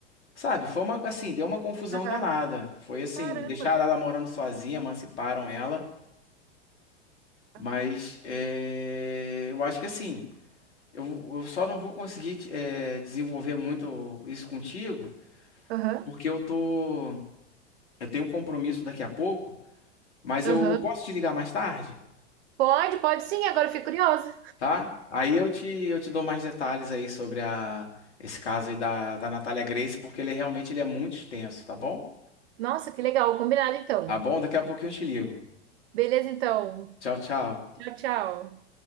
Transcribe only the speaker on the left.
Sabe, foi uma assim, deu uma confusão
danada. Foi assim,
deixaram ela morando sozinha, emanciparam ela. Mas
é, eu acho que assim, eu, eu só não vou conseguir é, desenvolver muito isso contigo,
porque eu tô. Eu tenho um compromisso daqui a pouco, mas
eu posso te ligar mais tarde,
tá? Aí eu te, eu te dou mais detalhes aí sobre a, esse caso aí da, da Natália Grace, porque ele realmente ele é muito extenso, tá bom?
Tá bom? Daqui a pouquinho eu te ligo.
Tchau, tchau.